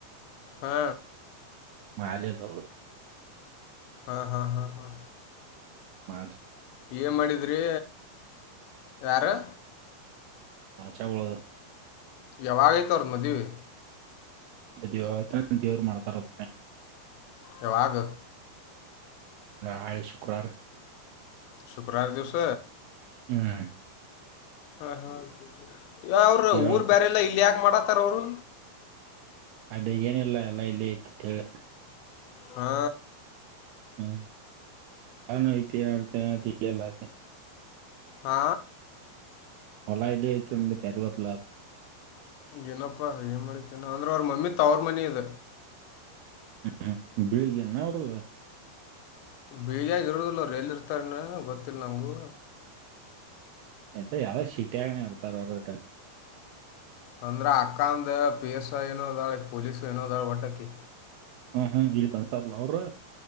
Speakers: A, on the left; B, on the right.
A: ಹಾ.
B: ಮಾ ರಿ ಯ ಬ.
A: ಹಾ ಹಾ ಹಾ ಹಾ.
B: ಮ.
A: ಏ ಮಾಡಿದ್ರಿ ಯಾರು.
B: ಮಾಾಚಗಳ.
A: ಯಾವಾಗಐತ್ರ ಮದುವೆ.
B: ಅ ದ ದೇವ್ರು ಮಾಡ್ತಾರದ.
A: ಯಾವಾಗ.
B: ಹಳಿ ಶುಕ್ರಾರ.
A: ಶುಕ್ರಾರ ದಿವಸ.
B: ಹ್ಮ್.
A: ಹ್ಮ ಹಾ. ಯ ಅವ್ರರು
B: ಹೇಳತ್ತ
A: ಊರ್ ಬೇರೆಲ್ಲ ಇಲ್ಲಿ ಯಾಕೆ ಮಾಡತ್ತ ತರೋರು
B: ಅದ ಏನಿಲ್ಲ ಎಲ್ಲ ಇಲ್ಲಿ ಯತಂತ ಹೇಳ
A: ಹಾ
B: ಹ್ಮ್ ಆಾನ ಇತಿಹರ್ತಯ ತಿಿಯಲ್ಲತಿ
A: ಆ
B: ಒಲಾಯಲ್ಲಿತಮಲ್ಲಿ ತರಗತ್ ಲಾಾಗ
A: ಏನಪ್ಪಾ ಏನ್ ಮಾಡಿತೇನ ಅಂದ್ರ ಅವ್ರ ಮಮ್ಮಿತ್ ಅವ್ರ ಮನಿದ
B: ಹ್ಮ್ಮ ಬೆಳಿಗ್ಗೆ ನ ಅವ್ರದ
A: ಬೀಜಾಗಿ ಇರೋದಿಲ್ಲ ರ ಎಲ್ಲಿ ಇರ್ತಾರ ಗೊತ್ತಿಲ್ಲ ನಂಗೂ
B: ಎಂತ ಯಾವು ಶಿಟಿ ಆಾಗನ ಇರ್ತಾರ ಅವರದಟ
A: ಅಂದ್ರ ಅಕ್ಕಾ ದೇವ ಪಿಎಸ್ಐ ಇನೋದಾಳ ಪೊಲೀಸ ನೋದಾಳ ಒಟಕಿ
B: ಹ್ಮ್ ಹ್ಮ್ ಇಲ್ಲಿ ಬಂತಾರಲ್ಲ ಅವ್ರು